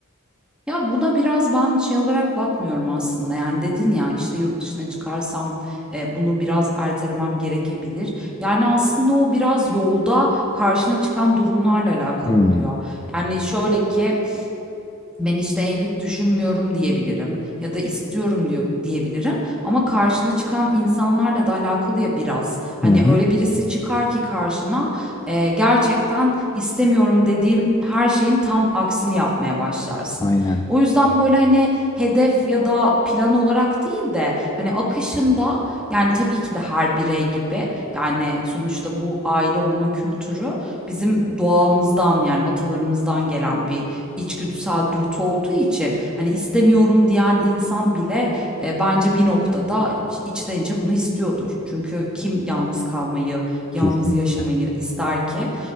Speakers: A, in the centre; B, on the left.
A: Ya, buna biraz ben şey olarak bakmıyorum aslında, yani, dedin ya, işte, "Yurt dışına çıkarsam, eee, bunu biraz ertelemem gerekebilir." Yani, aslında o biraz yolda karşına çıkan durumlarla alakalı
B: Hmm.
A: oluyor. Yani, şöyle ki ben işte evlilik düşünmüyorum diyebilirim ya da istiyorum diyor diyebilirim ama karşına çıkan insanlarla da alakalı ya biraz. Hani
B: Hı hı.
A: öyle birisi çıkar ki karşına eee, gerçekten istemiyorum dediğim her şeyin tam aksini yapmaya başlarsın.
B: Aynen.
A: O yüzden böyle hani hedef ya da plan olarak değil de hani akışında yani tabii ki de her birey gibi yani sonuçta bu aile olma kültürü bizim doğamızdan yani atalarımızdan gelen bir içgüdüsel dürtü olduğu için, hani, istemiyorum diyen insan bile, eee, bence bir noktada iç içten içe bunu istiyordur. Çünkü kim yalnız kalmayı, yalnız
B: Kesinlikle.
A: yaşamayı ister ki?